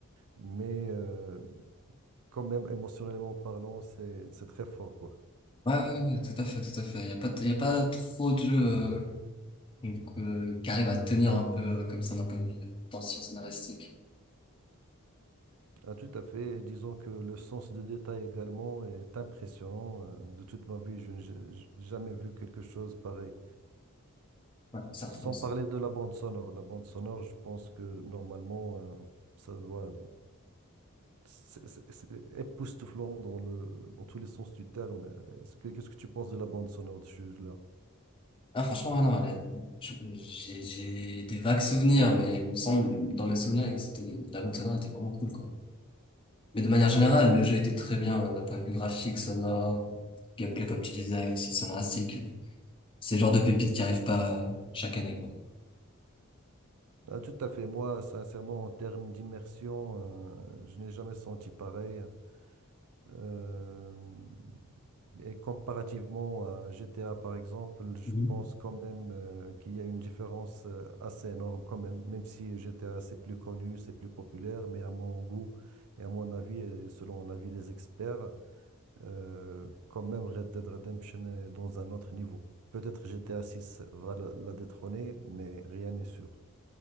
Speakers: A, on the right; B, on the left.
A: mais euh, quand même, émotionnellement parlant, c'est, c'est très fort, quoi.
B: Ouais, ouais, ouais, tout à fait, tout à fait. Il y a pas, t- il y a pas trop de jeux euh, donc, euh, qui arrivent à tenir un peu euh, comme ça d'un point de vue tension scénaristique.
A: Ah, tout à fait. Et Disons que le sens de détail également est impressionnant. Euh, De toute ma vie, je n'ai j- j- jamais vu quelque chose pareil.
B: Ouais, c'est un
A: Sans
B: truc.
A: parler de la bande sonore. La bande sonore, je pense que normalement, euh, ça doit... C'est c'est- c'est époustouflant dans le, dans tous les sens du terme. Est-ce que, qu'est-ce que tu penses de la bande sonore, là
B: Ah, franchement, ah non, elle a- je- j'ai j'ai des vagues souvenirs, mais il me semble, dans mes souvenirs, que c'était, des- la Montana était vraiment cool, quoi. Mais de manière générale, le jeu était très bien, d'un point de vue graphique, sonore, gameplay, comme tu disais, aussi scénaristique. C'est le genre de pépite qui arrive pas chaque année, quoi.
A: Ah, tout à fait. Moi, sincèrement, en termes d'immersion, euh, je n'ai jamais senti pareil. Euh, et comparativement à GTA, par exemple, je
B: Mhm.
A: pense quand même euh, qu'il y a une différence euh, assez énorme quand même. Même si GTA, c'est plus connu, c'est plus populaire, mais à mon goût et à mon avis, et selon l'avis des experts, euh, quand même Red Dead Redemption est dans un autre niveau. Peut-être GTA 6 va la la détrôner, mais rien n'est sûr.